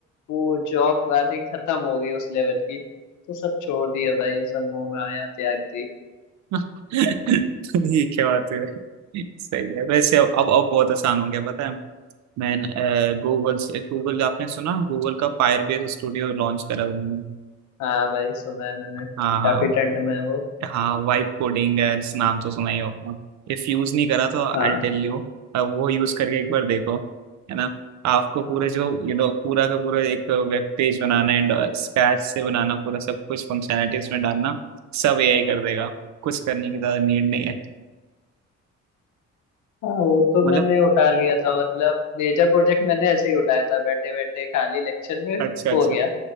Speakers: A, on the left; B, on the right.
A: वो जॉब आनी खत्म हो गई उस लेवल की तो सब छोड़ दिया
B: अच्छा
A: भाई ये सब मुंह में आया त्याग दी
B: <laughs> ये क्या बात है सही है वैसे अब अब अब बहुत आसान हो गया पता है मैं गूगल से गूगल आपने सुना गूगल का फायर बेस स्टूडियो लॉन्च करा उन्होंने
A: हाँ भाई सुना है मैंने
B: हाँ हाँ
A: काफी ठंड में है वो
B: हाँ वाइब कोडिंग एड्स नाम तो सुना ही होगा इफ यूज नहीं करा तो
A: हाँ
B: आई टेल यू वो यूज करके एक बार देखो है ना आपको पूरे जो यू नो पूरा का पूरा एक वेब पेज बनाना एंड स्क्रैच से बनाना पूरा सब कुछ फंक्शनैलिटी उसमें डालना सब एआई कर देगा कुछ करने की ज्यादा नीड नहीं है
A: हाँ वो तो
B: मतलब
A: मैंने उठा लिया था मतलब मेजर प्रोजेक्ट मैंने ऐसे ही उठाया था बैठे बैठे खाली लेक्चर में
B: अच्छा अच्छा
A: हो गया